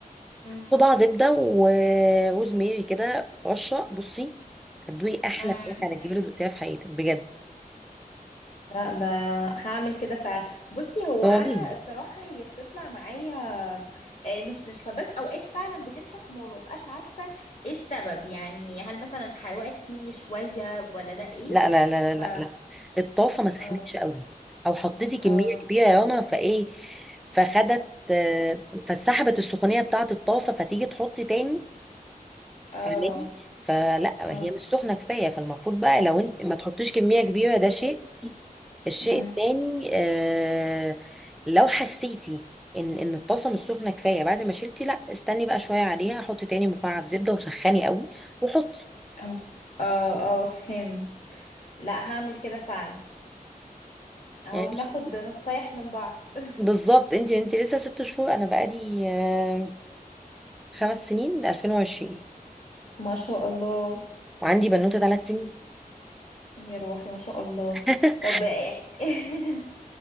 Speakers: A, on the left; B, in the centre.
A: مم.
B: صباع زبده وروز ميري كده رشه بصي هتدوقي احلى
A: مم.
B: فراخ على الجبل اللي دوقتيها في حياتك بجد
A: لا ده هعمل كده فعلا بصي هو
B: جربيها
A: انا الصراحه هي بتطلع معايا آه، مش ناشفه بس اوقات فعلا بتنشف وما ببقاش عارفه ايه السبب يعني هل مثلا اتحرقت مني شويه ولا ده ايه
B: لا لا لا لا
A: ف
B: لا لا الطاسه ما سخنتش
A: اه
B: قوي او حطيتي
A: اه
B: كميه كبيره يا رنا فايه فخدت آه، فاتسحبت السخونيه بتاعه الطاسه فتيجي تحطي تاني
A: اه
B: فاهماني فلا
A: اه
B: هي مش سخنه كفايه فالمفروض بقى لو انت ما تحطيش كميه كبيره ده شيء الشيء
A: أمم،
B: التاني آه لو حسيتي ان ان الطاسه مش سخنه كفايه بعد ما شلتي لا استني بقى شويه عليها حطي تاني مكعب زبده وسخني قوي وحطي
A: اه مم. اه اه فهم لا هعمل كده فعلا اهو
B: يعني
A: بناخد
B: بس
A: نصايح من بعض <laughs>
B: بالظبط انت انت لسه ست شهور انا بقالي آه، خمس سنين 2020
A: ما شاء الله
B: وعندي بنوته ثلاث سنين
A: يا روحي ما شاء الله
B: <laughs>
A: طب <laughs>